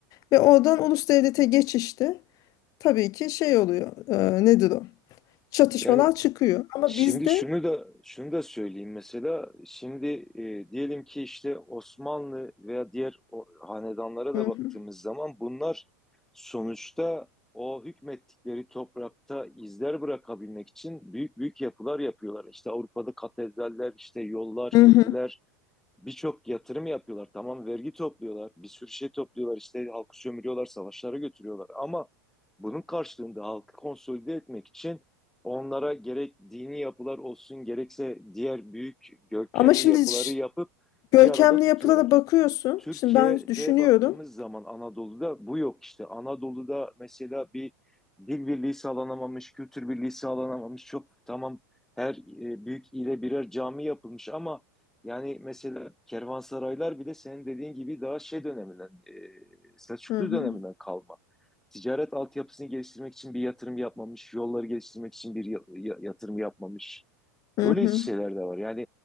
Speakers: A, on the left; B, in the centre.
A: Ve oradan ulus devlete geçişte tabii ki şey oluyor. e, nedir o? Çatışmalar
B: Yani
A: çıkıyor. Ama
B: Şimdi
A: bizde
B: şunu da şunu da söyleyeyim mesela şimdi e, diyelim ki işte Osmanlı veya diğer o, hanedanlara
A: Hı
B: da baktığımız
A: hı.
B: zaman bunlar sonuçta o hükmettikleri toprakta izler bırakabilmek için büyük büyük yapılar yapıyorlar. İşte Avrupa'da katedraller, işte yollar,
A: Hı
B: köprüler,
A: hı.
B: birçok yatırım yapıyorlar. Tamam vergi topluyorlar, bir sürü şey topluyorlar, işte halkı sömürüyorlar, savaşlara götürüyorlar. Ama bunun karşılığında halkı konsolide etmek için onlara gerek dini yapılar olsun, gerekse diğer büyük görkemli
A: Ama şimdi
B: yapıları
A: ş-
B: yapıp
A: görkemli
B: bir arada tutuyorlar.
A: yapılara bakıyorsun.
B: Türkiye'de
A: Şimdi ben düşünüyorum.
B: baktığımız zaman Anadolu'da bu yok işte. Anadolu'da mesela bir dil birliği sağlanamamış, kültür birliği sağlanamamış. Çok tamam her e, büyük ile birer cami yapılmış ama yani mesela kervansaraylar bile senin dediğin gibi daha şey döneminden, e, Selçuklu
A: Hı hı.
B: döneminden kalma. Ticaret altyapısını geliştirmek için bir yatırım yapmamış, yolları geliştirmek için bir ya- ya- yatırım yapmamış.
A: Hı
B: Böyle
A: hı.
B: şeyler de var. Yani